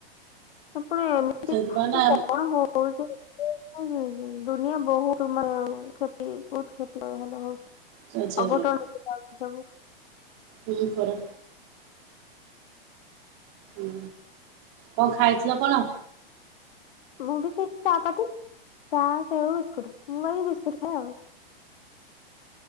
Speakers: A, on the left; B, on the right.
A: ଏପଟେ ଏମିତି
B: ସେଇଥିପାଇଁ ନା
A: ପବନ ହଉ ହଉଚି ଏତେ ହ ହ ଦୁନିଆ ବହୁତ ମାନେ କ୍ଷତି ବହୁତ କ୍ଷତି ଭଲ ହଉଛି।
B: ଚେଞ୍ଜ ହେଇଗଲାଣି
A: ଅଘଟଣ ହଉଚି ସବୁ
B: ହୁଁ ପରା ହୁଁ କଣ ଖାଇଥିଲ କଣ?
A: ମୁଁ ବି ସେଇ ଚା ପାଟି ଚା ସେଉ ବିସ୍କୁଟ ମୁଁ ଏଇ ବିସ୍କୁଟ ଖାଏ ଆଉ।